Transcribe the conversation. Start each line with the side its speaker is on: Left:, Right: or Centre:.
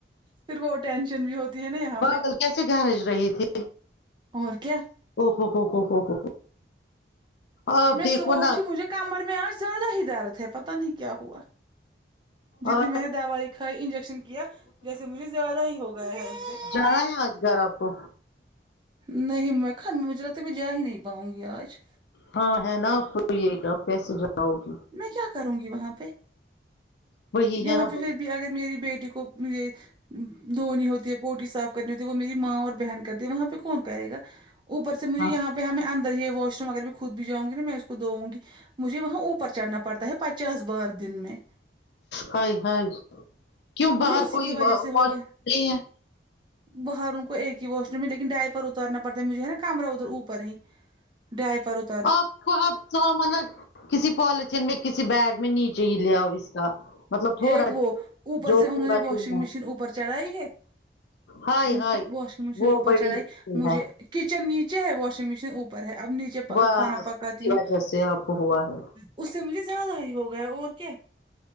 Right: پھر وہ ٹینشن بھی ہوتی ہے نا یہاں
Left: بادل
Right: پہ
Left: کیسے گھرج رہی تھی
Right: اور کیا
Left: ا ہوہو ہو ہو ہو آپ
Right: میں
Left: دیکھو
Right: صبح اٹھی
Left: نا
Right: مجھے کمر میں آج زیادہ ہی درد ہے پتاہ نہیں کیا ہوا جتنی
Left: اور
Right: میں نے دوائی کھائی انجیکشن کیا جیسے مجھے زیادہ ہی ہو گیا ہے اس سے
Left: آئے آج گھر آپ کو
Right: نہیں میں کھن مجھے لگتا ہے میں جا ہی نہیں پاؤں گی آج
Left: ہاں ہے نا آپ کو یہ آپ کیسے جاؤگی
Right: میں کیا کروں گی وہاں پہ
Left: وہی
Right: یہاں
Left: ہے نا
Right: پہ
Left: بات۔
Right: فر بھی اگر میری بیٹی کو یہ دھونی ہوتی ہے بوٹی صاف کرنی ہوتی ہے وہ میری ماں اور بہن کرتی ہے وہاں پہ کون کرے گا اوپر سے مجھے
Left: ہاں
Right: یہاں پہ ہم ان در یہ واش روم اگر میں خود بھی جاؤ ں گی نہ میں اس کو دووں گی مجھے وہاں اوپ ر چڑھنا پڑتا ہے پچاس بار دن میں
Left: ہائے ہائے کیوں
Right: مجھے
Left: باہر
Right: اسی
Left: کوئی
Right: کی وجہ سے
Left: واش
Right: ہو گئے
Left: روم نہیں ہے
Right: باہر ان کو ایک ہی وا ش روم ہے لیکن ڈائی پر اتا رنا پڑتا ہے مجھے ہے نا کمرا ادھر اوپر ہں ڈائی پرات
Left: آپ خ آپ <unintelligible> کسی پالیتھین میں کسی بیگ میں نیچے ہی لے آؤ اس کا مطلب تھوڑا
Right: ایک وہ اوپر
Left: جو
Right: سے انہوں
Left: پورا
Right: نے واشنگ
Left: دن ہے
Right: مشین اوپر چڑھائی ہے
Left: ہائے
Right: ان
Left: ہائے
Right: سے واشنگ مشین
Left: وہ
Right: اوپر
Left: بڑی
Right: چڑھائی
Left: مشکل
Right: مجھے
Left: ہے
Right: کچن نیچے ہے واشنگ مشین او پر ہے اب نیچے
Left: بس
Right: کھانا پکاتی
Left: اس کی
Right: ہوں
Left: وجہ سے آپ کو ہوا ہے
Right: اس سے مجھے زیادہ ہی ہوگیا ہے اور کیا